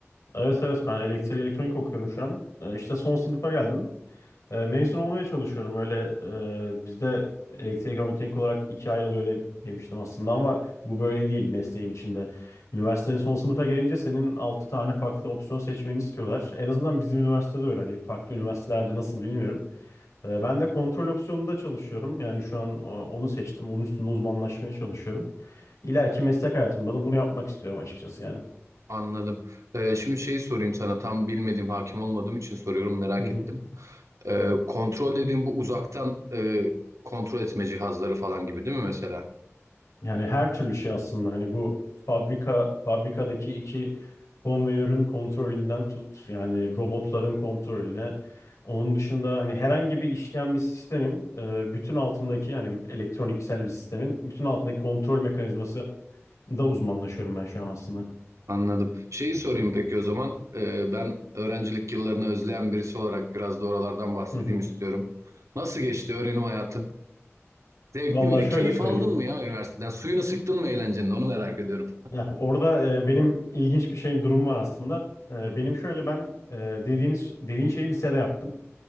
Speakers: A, on the left; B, on the right.
A: Evet evet ben elektrik elektronik okuyorum şu an. Ee, İşte son sınıfa geldim. Ee, Mezun olmaya çalışıyorum. Öyle e, bizde elektrik elektronik olarak ikiye ayrılıyor de- demiştim aslında ama bu böyle değil mesleğin içinde. Üniversitenin son sınıfa gelince senin 6 tane farklı opsiyon seçmeni istiyorlar. En azından bizim üniversitede öyle. Hani farklı üniversitelerde nasıl bilmiyorum. Ee, Ben de kontrol opsiyonunda çalışıyorum. Yani şu an e, onu seçtim. Onun üstünde uzmanlaşmaya çalışıyorum. İleriki meslek hayatımda da bunu yapmak istiyorum açıkçası yani.
B: Anladım. Ee, şimdi şeyi sorayım sana tam bilmediğim, hakim olmadığım için soruyorum merak
A: Hı hı.
B: ettim. Ee, kontrol dediğim bu uzaktan e, kontrol etme cihazları falan gibi değil mi mesela?
A: Yani her türlü şey aslında hani bu fabrika fabrikadaki iki konveyörün kontrolünden tut yani robotların kontrolüne onun dışında hani herhangi bir işleyen bir sistemin e, bütün altındaki yani elektroniksel bir sistemin bütün altındaki kontrol mekanizması da uzmanlaşıyorum ben şu an aslında.
B: Anladım. Şeyi sorayım peki o zaman. Ee, ben öğrencilik yıllarını özleyen birisi olarak biraz da oralardan bahsedeyim
A: Hı hı.
B: istiyorum. Nasıl geçti öğrenim hayatın? Zevkli
A: Vallahi
B: miydi?
A: şöyle
B: Keyif
A: söyleyeyim.
B: aldın mı ya üniversiteden? Suyunu sıktın mı eğlencenin? Onu merak ediyorum.
A: Heh, orada e, benim ilginç bir şeyin durum var aslında. E, benim şöyle ben e, dediğiniz dediğin şeyi lisede yaptım.